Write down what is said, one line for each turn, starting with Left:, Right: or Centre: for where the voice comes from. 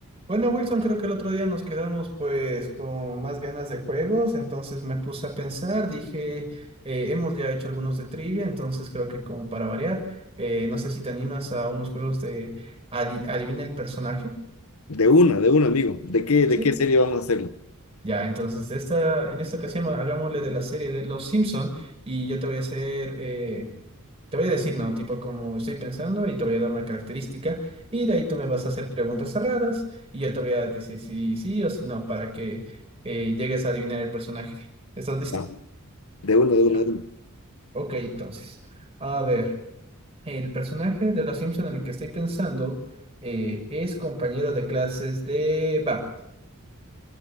Right: Bueno, Wilson, creo que el otro día nos quedamos pues con más ganas de juegos, entonces me puse a pensar, dije, eh, hemos ya hecho algunos de trivia, entonces creo que como para variar, eh, no sé si te animas a unos juegos de adi- adivina el personaje,
Left: De una, de una, amigo. ¿De qué, de
Right: ¿sí?
Left: qué serie vamos a hacerlo?
Right: Ya, entonces de esta, en esta ocasión hagámosle de la serie de Los Simpson y yo te voy a hacer eh, Te voy a decir, no, tipo como estoy pensando y te voy a dar una característica y de ahí tú me vas a hacer preguntas cerradas y yo te voy a decir si sí o si no para que eh, llegues a adivinar el personaje. ¿Estás listo?
Left: Ah, de una, de una,
Right: Ya.
Left: de una.
Right: Ok, entonces. A ver, el personaje de Los Simpson en el que estoy pensando eh, es compañero de clases de Bart.